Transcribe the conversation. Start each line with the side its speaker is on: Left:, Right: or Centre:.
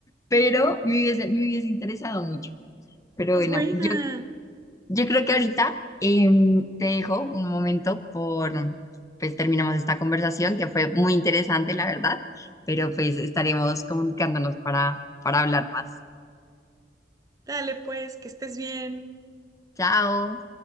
Left: pero me hubiese, me hubiese interesado mucho. Pero
Right: Es
Left: bueno,
Right: buena.
Left: yo, yo creo que ahorita em, te dejo un momento por, pues terminamos esta conversación que fue muy interesante, la verdad, pero pues estaremos comunicándonos para, para hablar más.
Right: Dale, pues, que estés bien.
Left: Chao.